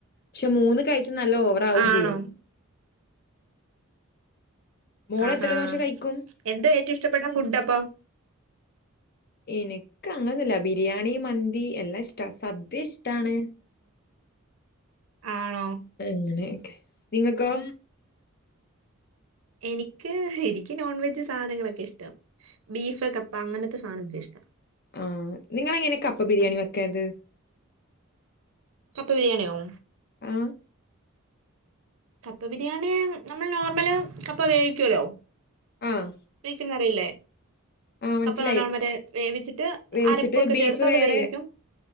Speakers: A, on the left; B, on the right.
A: പക്ഷെ മൂന്ന് കഴ നല്ല ഓവറ ഉം
B: ആണോ
A: ചെയ്യും മോള്
B: ആ
A: എത്ര
B: ആ
A: ദോശ കഴിക്കും
B: എന്താ ഏറ്റു ഇഷ്ടപ്പെട്ട ഫുഡ് അപ്പൊ
A: എനക്ക് അങ്ങനന്നല്ല ബിരിയാ ണി മന്തി എല്ലാം ഇഷ്ട സദ്യ ഇഷ്ടാണ്
B: ആണോ
A: അങ്ങനെയക്കെ നിങ്ങകൊ
B: എനിക്ക് എനിക്ക് നോൺവെജ് സാധനങ്ങളൊക്കെ ഇഷ്ടം ബീഫ് കപ്പ അങ്ങനത്തെ സാധനം കെ ഇഷ്ട
A: ആ നിങ്ങ എങ്ങനെ കപ്പ ബിരിയാണി വെക്കത്
B: അപ്പൊ ബിരിയാണി ഒ
A: ആ
B: കപ്പ ബിരിയാണി നമ്മൾ നോർമല് കപ്പ വേവിക്കല്ലോ
A: ആഹ്
B: ചിക്കന്നറിയില്ലേ
A: ആഹ് മനസ്സിലായി
B: കപ്പ നല്ലവണ്ണം വരെ വേവിച്ചിട്ട്
A: വേവിച്ചിട്ട്
B: അരപ്പൊക്കെ
A: ബീഫ്
B: ചേർത്ത്
A: വേറെ
B: അത് വേവിക്കും